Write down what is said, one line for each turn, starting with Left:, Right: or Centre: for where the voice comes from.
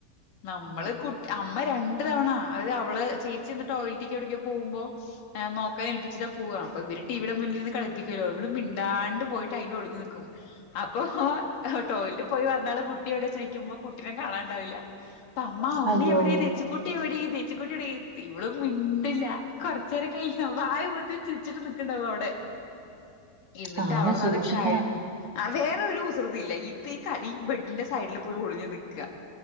Left: നമ്മള് കു അമ്മ രണ്ട് തവണ അതായത് അവള് ചേച്ചി ന്ന്ട്ട് ടോയ്ലറ്റിക്ക് എവിട്ക്കെ പോകുമ്പോൾ ഏ നോ നോക്കാനേൽപ്പിച്ചിട്ടാ പോവാ അപ്പ ഇവര് ടിവിയുടെ മുന്നിലിരിന്ന് കളിപ്പിക്കല്ലോ ഇവള് മിണ്ടാണ്ടെ പോയിട്ടയിന്റെ ഒളിഞ്ഞ് നിക്കും അപ്പൊ ടോയ്ലറ്റ് പോയി വന്നാള് കുട്ടി എടെ ചോയിക്കുമ്പോ കുട്ടിനെ കാണാണ്ടാവില്ല അപ്പൊ അമ്മ ഉണ്ണി
Right: അയ്യോ
Left: എവിടെ തേച്ചുക്കുട്ടി എവിടെ തേച്ചുക്കുട്ടി എടേ ഇവള് മിണ്ടില്ല കൊർച്ചേരൊക്കെ കയിഞ്ഞ <unintelligible> അപ്പോത്തിന്ന് ചിരിച്ചിട്ട് നിക്കുണ്ടാവു അവിടെ എന്നിട്ട്
Right: ആന
Left: അവിടന്നത്
Right: സൂക്ഷിക്കണം
Left: കഴിഞ്ഞ് ആ വേറെ ഒരു കുസൃതി ഇല്ല ഇത് ഈ കളി ഈ ബെഡിന്റെ സൈഡില് പോയി ഒളിഞ്ഞു നിക്കാ